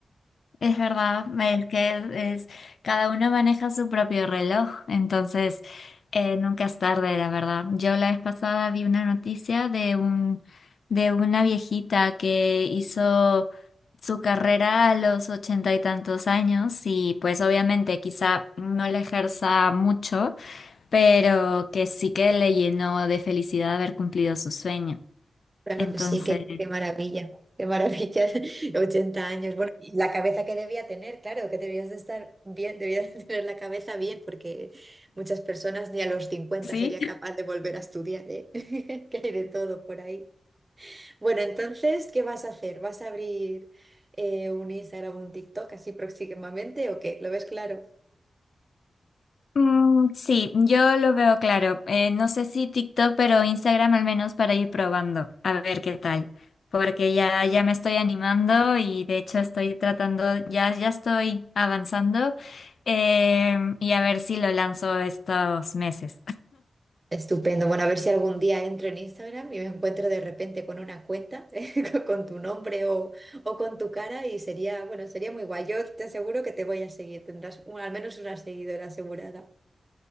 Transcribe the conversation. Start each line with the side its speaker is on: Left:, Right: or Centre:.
Left: Es verdad, es que es, cada uno maneja su propio reloj, entonces eh, nunca es tarde, la verdad. Yo la vez pasada vi una noticia de un, de una viejita que hizo su carrera a los ochenta y tantos años y pues obviamente quizá no la ejerza mucho, pero que sí que le llenó de felicidad haber cumplido su sueño.
Right: Claro
Left: Entonces,
Right: que sí, qué, qué maravilla, qué maravilla, <laughs> Ochenta años. Bueno, y la cabeza que debía tener, claro, que debías de estar bien, debías de tener la cabeza bien, porque muchas personas ni a los cincuenta
Left: sí.
Right: sería capaz de volver a estudiar, ¿eh? <laughs> Que hay de todo por ahí. Bueno, entonces, ¿qué vas a hacer? ¿Vas a abrir eh, un Instagram o un TikTok así próximamente o qué? ¿Lo ves claro?
Left: Mm, sí, yo lo veo claro. Eh, no sé si TikTok, pero Instagram al menos para ir probando, a ver qué tal. Porque ya, ya me estoy animando y de hecho estoy tratando, ya, ya estoy avanzando. eh, y a ver si lo lanzo estos meses.
Right: Estupendo. Bueno, a ver si algún día entro en Instagram y me encuentro de repente con una cuenta <laughs> con con tu nombre o, o con tu cara y sería, bueno, sería muy guay. Yo te aseguro que te voy a seguir. Tendrás un- al menos una seguidora asegurada.